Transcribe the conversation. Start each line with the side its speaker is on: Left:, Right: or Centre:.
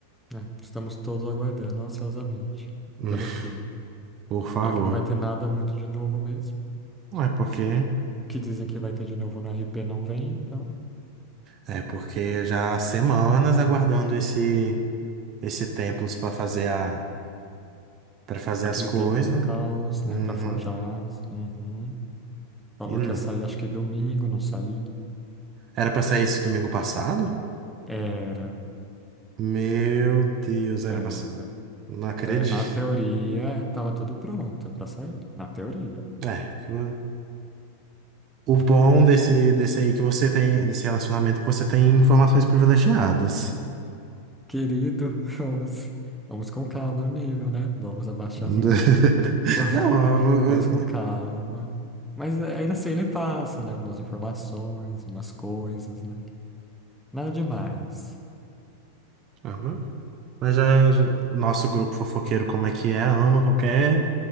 Centre: é, estamos todos aguardando ansiosamente
Right: Hum,
Centre: pelo fim,
Right: Por favor.
Centre: já que não vai ter nada muito de novo mesmo.
Right: Não é porque.
Centre: O que dizem que vai ter de novo no RP não vem, então.
Right: É porque já há semanas aguardando esse, esse templos para fazer a, para fazer
Centre: Aquele
Right: as coisas.
Centre: templo do caos,
Right: Uhum.
Centre: né, pra forjar. Uhum. Falou
Right: E não.
Centre: que ia sair, acho que domingo, não saiu.
Right: Era pra sair esse domingo passado?
Centre: Era,
Right: Meu Deus, era
Centre: era.
Right: pra. sa- Não acredito.
Centre: Te- na teoria, tava tudo pronto pra sair. Na teoria.
Right: É, que o o bom desse, desse aí que você tem, desse relacionamento, é que você tem informações privilegiadas.
Centre: Querido, <laughs> vamos, vamos com calma no nível, né? Vamos abaixar
Right: <laughs>
Centre: o nível. <laughs>
Right: Não, mas
Centre: Vamos, vamos com calma. Mas é, ainda assim, ele passa, né? Algumas informações, umas coisas, né? Nada demais.
Right: Ah, mas- <laughs> mas já é- já- o nosso grupo fofoqueiro, como é que é, ama qualquer,